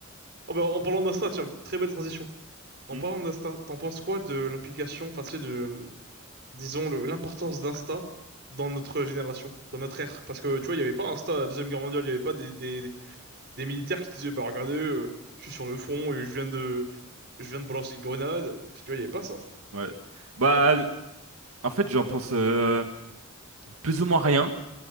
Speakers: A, on the right; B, on the right.
A: Oh, bah, en parlant d'Insta, tiens, très belle transition. En
B: Hmm.
A: parlant d'Insta, t'en penses quoi de l'implication, enfin, tu sais, de, disons, le- l'importance d'Insta dans notre génération, dans notre ère? Parce que, tu vois, il n'y avait pas Insta à la Deuxième Guerre mondiale, il n'y avait pas des, des, des militaires qui disaient, bah regardez, euh, je suis sur le front et je viens de, je viens de balancer une grenade. Tu vois, il n'y avait pas ça.
B: Ouais. Bah, en fait, j'en pense euh, plus ou moins rien,